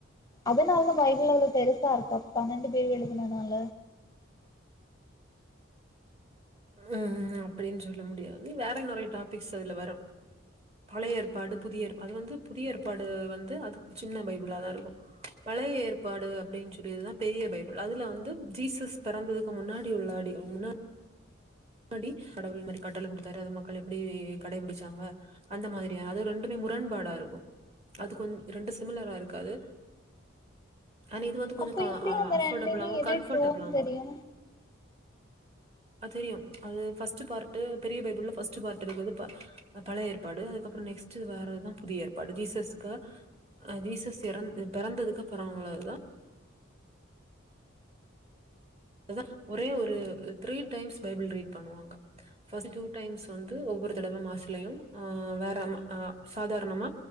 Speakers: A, on the left; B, on the right.
A: அதனாலதா பைபிள் அவ்வளோ பெருசா இருக்கா பன்னெண்டு பேர் எழுதுன்ன நாள
B: ம் அப்டின் சொல்ல முடியாது வேற நெறைய டாபிக்ஸ் அதுல வரு பழைய ஏற்பாடு புதிய ஏற்பாடு அது வந்து புதிய ஏற்பாடு வந்து அது சின்ன பைபிளாதா இருக்கு பழைய ஏற்பாடு அப்டின் சொல்லியதுதா பெரிய பைபிள் அதுல வந்து ஜீசஸ் பெறந்ததுக்கு முன்னாடி டி உள்ளாடி முன்னால் முன்னாடி கடவுள் மாரி கட்டல குடுத்தாரு அது மக்கள் எப்டி கடைபிடிச்சாங்க அந்த மாதிரியா அது ரெண்டுமே முரண்பாடா இருக்கு அது கொஞ் ரெண்டு சிமிலரா இருக்காது ஆனா இது வந்து கொஞ்ச
A: அப்ப எப்டி அந்த
B: அஃபோர்டபிளாவு
A: ரெண்டுலயுமே எது
B: கம்ஃபர்டபிளாவு
A: ட்ரூன்னு தெரியு
B: வரு அது தெரியு அது ஃபஸ்ட்டு பார்ட்டு பெரிய பைபிள்ள ஃபஸ்ட்டு பார்ட்டு இருக்குறது ப அ பழய ஏற்பாடு அதுக்கப்புறோ நெக்ஸ்ட்டு வர்றதுதா புதிய ஏற்பாடு ஜீசஸுக்கு அ ஜீசஸ் எறந் பெறந்ததுக்கப்பறோ உள்ளதா அதா ஒரே ஒரு த்ரீ டைம்ஸ் பைபிள் ரீட் பண்ணுவாங்க ஃபஸ்ட் டூ டைம்ஸ் வந்து ஒவ்வொரு தடவ மாஸ்லயு ஆ அம் ஆ சாதாரணமா